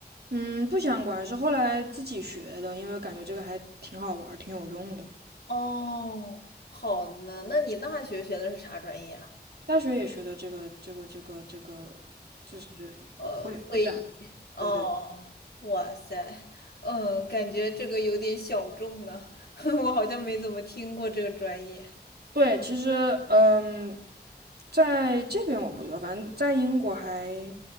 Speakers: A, on the right; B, on the left.
A: 嗯，不想管是后来自己学的，因为感觉这个还挺好玩儿，挺有用的。
B: 哦，好的呢。那你大学学的是啥专业啊？
A: 大学也学的这个这个这个这个，就是
B: 呃，
A: 会会展，
B: 会议。哦，
A: 对对
B: 哇塞，嗯，感觉这个有点小众呢，<laughs> 我好像没怎么听过这个专业。
A: 对。其实，嗯，在这边我不知道，反正在英国还